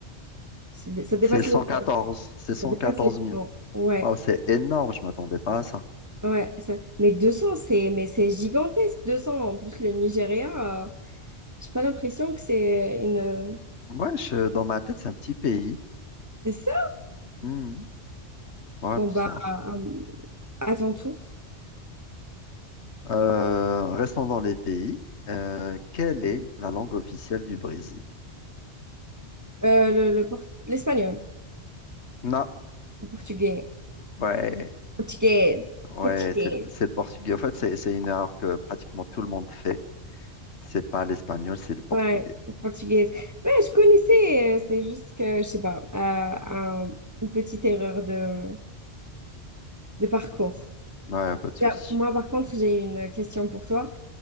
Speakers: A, on the right; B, on the left.
A: C'est- Ça dépasse
B: C'est
A: les
B: 114,
A: 100.
B: c'est 114
A: Ça dépasse les
B: millions.
A: 100. Ouais,
B: Wow, c'est énorme, je m'attendais pas à ça.
A: ouais. ça- Mais 200, c'est mais c'est gigantesque, 200. En plus, le Nigeria, euh, j'ai pas l'impression que c'est une...
B: Ouais, je- dans ma tête, c'est un petit pays.
A: C'est ça?
B: Hmm, ouais,
A: Bon,
B: bizarre.
A: bah, euh, à ton tour.
B: Euh, restons dans les pays. Euh, quelle est la langue officielle du Brésil?
A: Euh, le, le port- L'espagnol.
B: Non,
A: Le portugais.
B: ouais,
A: Portugaise.
B: ouais,
A: Portugaise.
B: c'est le, c'est le portugais. En fait, c'est c'est une erreur que pratiquement tout le monde fait. C'est pas l'espagnol, c'est le portugais.
A: Ouais, portugaise. Ouais, je connaissais, euh, c'est juste que, je sais pas, euh, un- une petite erreur de, de parcours.
B: Ouais, pas de souci.
A: Tiens, Moi, par contre, j'ai une question pour toi